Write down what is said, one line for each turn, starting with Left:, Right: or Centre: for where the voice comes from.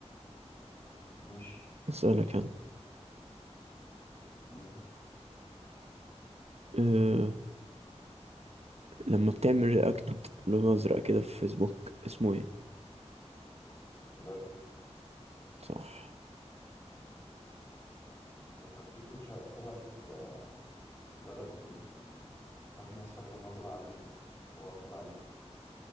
Left: مش
Right: اسألك
Left: مش
Right: أنا
Left: مم.
Right: آه، لما بتعمل رياكت لون ازرق كده في فيسبوك اسمه ايه
Left: لايك
Right: صح
Left: طب تيك توك شا... تبع شركة بلد إيه يعني عشان في ناس فاكرة إن هو تبع أمريكا هو تبع إيه